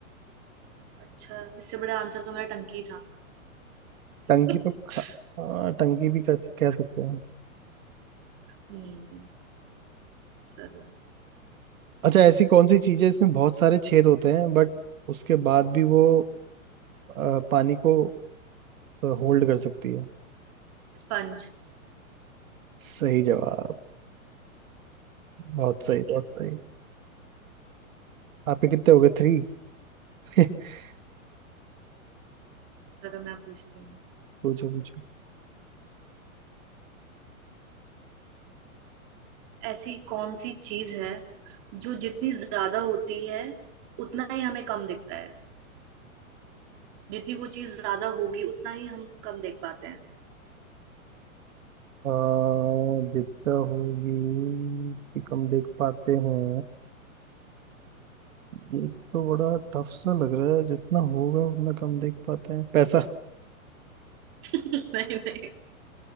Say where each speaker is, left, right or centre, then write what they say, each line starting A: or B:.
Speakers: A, on the right; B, on the right.
A: अच्छा इससे बड़ा आंसर तो मेरा टंकी था
B: टंकी
A: <laughs>
B: तो खा, हाँ, टंकी भी कर कह सकते हैं
A: हम्म चलो
B: अच्छा ऐसी कौन सी चीज है इसमें बहुत सारे छेद होते हैं बट उसके बाद भी वो अ, पानी को होल्ड कर सकती है
A: स्पंज
B: सही जवाब बहुत सही
A: Thank
B: बहुत
A: you
B: सही आपके कितने हो गए थ्री <laughs>
A: चलो मैं पूछती हूँ
B: पूछो पूछो
A: ऐसी कौन सी चीज है जो जितनी ज्यादा होती है उतना ही हमें कम दिखता है जितनी वो चीज ज्यादा होगी उतना ही हम कम देख पाते हैं
B: आ, विद्या होगी कि कम देख पाते हैं ये तो बड़ा टफ सा लग रहा है जितना होगा उतना कम देख पाते हैं पैसा
A: <laughs> नहीं नहीं